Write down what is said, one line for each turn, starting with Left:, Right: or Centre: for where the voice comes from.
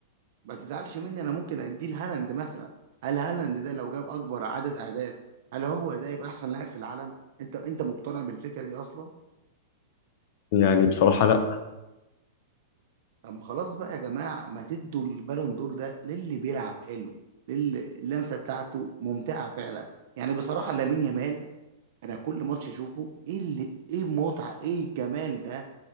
Right: ما تزعلش مني انا ممكن اديه لهالاند مثلا هل هالاند ده لو جاب اكبر عدد اهداف هل هو ده يبقى احسن لاعب في العالم انت انت مقتنع بالفكره دي اصلا
Left: يعني بصراحة لأ
Right: طب خلاص بقى يا جماعة ما تدوا البالون دور ده للي بيلعب حلو للي اللمسة بتاعته ممتعة فعلا يعني بصراحة لامين يامال أنا كل ماتش أشوفه إيه اللي إيه المتعة إيه الجمال ده